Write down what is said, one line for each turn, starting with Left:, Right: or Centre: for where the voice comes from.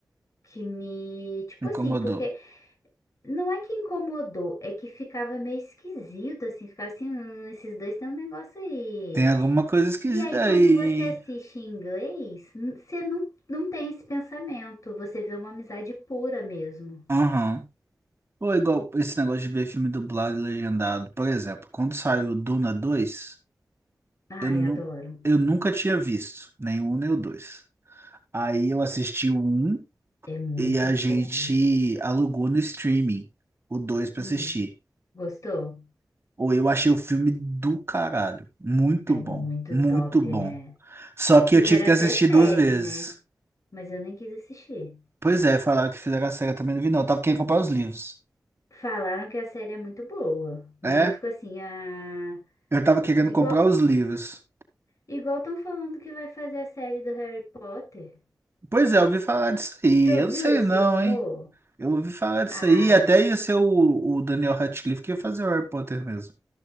Left: que me. Tipo
Right: Incomodou.
Left: assim, porque não é que incomodou, é que ficava meio esquisito, assim, ficava assim, hum, esses dois têm um negócio aí.
Right: Tem alguma coisa esquisita
Left: E aí quando
Right: aí.
Left: você assiste em inglês, n- você não, não tem esse pensamento, você vê uma amizade pura mesmo.
Right: Aham. Ou igual esse negócio de ver filme dublado e legendado. Por exemplo, quando saiu Duna 2
Left: Ai,
Right: eu, nu
Left: adoro.
Right: eu nunca tinha visto nem o um nem o dois. Aí eu assisti o 1.
Left: É muito
Right: E a
Left: bom.
Right: gente alugou no streaming o dois pra
Left: Hum,
Right: assistir.
Left: gostou?
Right: Ou eu achei o filme do caralho. Muito
Left: É
Right: bom.
Left: muito
Right: Muito
Left: top,
Right: bom.
Left: né?
Right: Só que
Left: Fizeram
Right: eu tive que
Left: até
Right: assistir
Left: série,
Right: duas vezes.
Left: né? Mas eu nem quis assistir.
Right: Pois é, falaram que fizeram a série, eu também não vi não. Eu tava querendo comprar os livros.
Left: Falaram que a série é muito boa, mas
Right: É?
Left: eu fico assim, ah,
Right: Eu tava querendo
Left: igual
Right: comprar os livros.
Left: igual estão falando que vai fazer a série do Harry Potter.
Right: Pois é, eu ouvi falar disso aí.
Left: Você ouviu
Right: Eu não sei
Left: esse
Right: não,
Left: rumor?
Right: hein? Eu ouvi falar disso
Left: Ah,
Right: aí. Até ia ser o, o Daniel Radcliffe que ia fazer o Harry Potter mesmo.